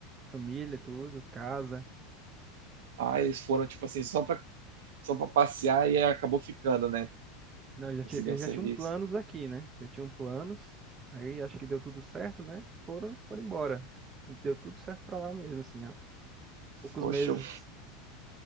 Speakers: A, on the right; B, on the right.
A: Família, tudo, casa.
B: Ah, eles foram, tipo assim, só pra, só pra passear e aí acabou ficando, né?
A: Não, já
B: Conseguiu
A: tinha, eles
B: um serviço.
A: já tinham planos aqui, né? Já tinham planos. Aí acho que deu tudo certo, né? Foram, foram embora. Deu tudo certo pra lá mesmo, assim. Ó. Poucos
B: Poxa,
A: meses,
B: eu...